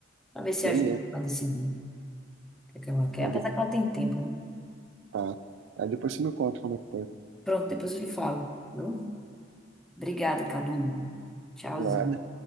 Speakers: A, in the centre; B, on the right.
A: para ver se
B: Beleza.
A: ajuda ela a decidir o que é que ela quer,
B: Aí
A: apesar
B: depois,
A: que ela tem tempo, né?
B: tá. Aí depois você me conta como é que foi.
A: Pronto, depois eu lhe falo, viu? Obrigado, Cadu. Tchauzinho.
B: Tá?